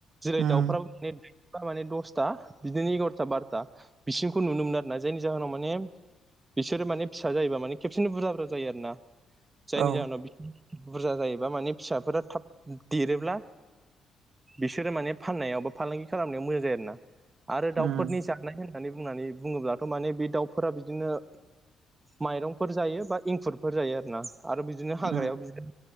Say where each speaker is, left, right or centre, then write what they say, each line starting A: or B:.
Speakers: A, on the right; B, on the right.
A: जेरै
B: उम
A: दाउ फ्रामनि थारमाने दसथा बिदिनो एगार'था बार'था बिसिंखौ नुनो मोनो आरो ना जायनि जाहोनाव माने बिसोर माने फिसा जायोबा माने खेबसेनो बुरजा बुरजा जायो आरो ना। जायनि
B: औ
A: जाहोनाव बि बुरजा जायोबा माने फिसाफोरा थाब देरोब्ला बिसोरो माने फाननायाव बा फालांगि खालामनायाव मोजां जायो आरोना आरो
B: उम
A: दाउफोरनि जा जानाय होननानै बुंनानै बुंङोब्लाथ' माने बे दाउफोरा बिदिनो माइरंफोर जायो बा इंखुरफोर जायो आरो ना आरो बिदिनो हाग्रायाव
B: औ
A: बिदिनो